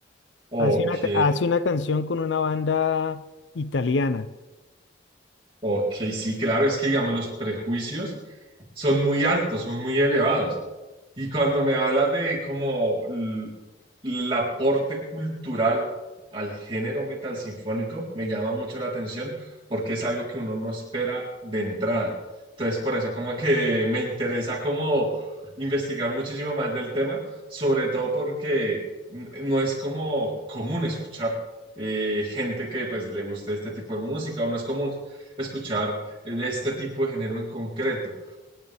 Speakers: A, on the right; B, on the left.
A: Ok.
B: Hace una, ca- hace una canción con una banda italiana.
A: Ok, sí, claro, es que digamos los prejuicios son muy altos, son muy elevados. Y cuando me hablas de como l- el aporte cultural al género metal sinfónico, me llama mucho la atención porque es algo que uno no espera de entrada. Entonces, por eso como que me interesa como investigar muchísimo más del tema, sobre todo porque n- no es como común escuchar eh, gente que pues le guste este tipo de música, o no es común escuchar de este tipo de género en concreto.